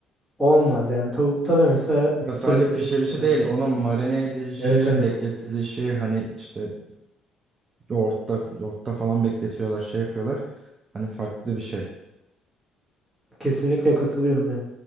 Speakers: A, in the centre; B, on the right.
A: olmaz. Yani tavukta da mesela
B: Ya sadece
A: kırmızı
B: pişirişi
A: et kadar
B: değil, onun marine edilişi,
A: Evet evet.
B: bekletilişi hani işte Yoğurtta, yoğurtta falan bekletiyorlar, şey yapıyorlar. Hani farklı bir şey.
A: Kesinlikle katılıyorum ya.